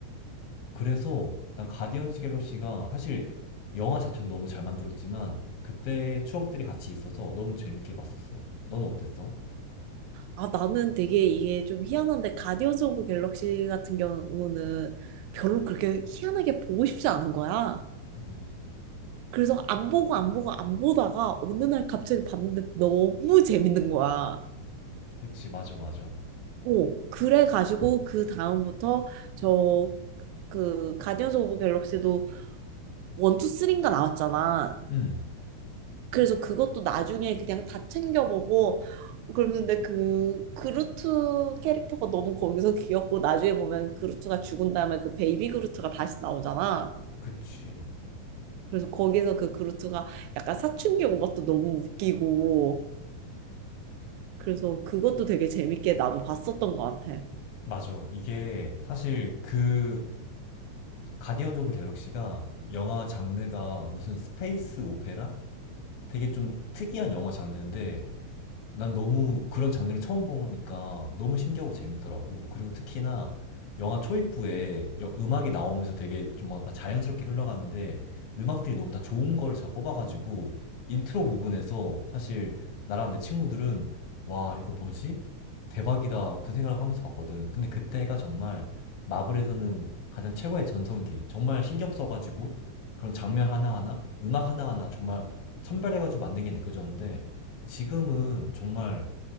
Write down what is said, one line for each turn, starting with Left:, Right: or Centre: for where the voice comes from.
Left: 그래서 난 가디언즈 갤럭시가 사실 영화 자체도 너무 잘 만들었지만 그때의 추억들이 같이 있어서 너무 재밌게 봤었어. 너는 어땠어?
Right: 아, 나는 되게 이게 좀 희한한데, 가디언즈 오브 갤럭시 같은 경우는 별로 그렇게 희한하게 보고 싶지 않은 거야.
Left: <laughs>
Right: 그래서 안 보고 안 보고 안 보다가 어느 날 갑자기 봤는데 너무 재밌는 거야.
Left: 그치, 맞아, 맞아.
Right: 오, 그래가지고 그 다음부터 저 그 가디언즈 오브 갤럭시도 원투 쓰리인가 나왔잖아.
Left: 음,
Right: 그래서 그것도 나중에 그냥 다 챙겨보고 그러는데 그 그루트 캐릭터가 너무 거기서 귀엽고 나중에 보면 그루트가 죽은 다음에 그 베이비 그루트가 다시 나오잖아.
Left: 그치.
Right: 그래서 거기서 그 그루트가 약간 사춘기 온 것도 너무 웃기고 그래서 그것도 되게 재밌게 나도 봤었던 것 같아.
Left: 맞아. 이게 사실 그 가디언즈 오브 갤럭시가 영화 장르가 무슨 스페이스 오페라? 되게 좀 특이한 영화 장르인데 난 너무 그런 장르를 처음 보니까 너무 신기하고 재밌더라고. 그리고 특히나 영화 초입부에 여- 음악이 나오면서 되게 좀 뭔가 자연스럽게 흘러가는데 음악들이 너무 다 좋은 걸 잘 뽑아가지고 인트로 부분에서 사실 나랑 내 친구들은 와, 이거 뭐지? 대박이다. 그 생각을 하면서 봤거든. 근데 그때가 정말 마블에서는 가장 최고의 전성기. 정말 신경 써가지고 그런 장면 하나하나, 음악 하나하나 정말 선별해가지고 만든 게 느껴졌는데 지금은 정말